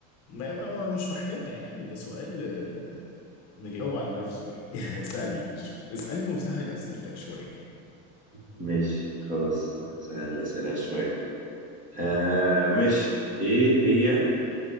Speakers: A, on the left; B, on the right.
A: ما ما ما- مش محتاجه يعني ده سؤال آه، مجاوب على نفسه يعني <laughs> اسالني يا باشا اسالني وسهل اسئلتك شويه
B: ماشي خلاص سهل الأسئلة شوية آه مش ايه هي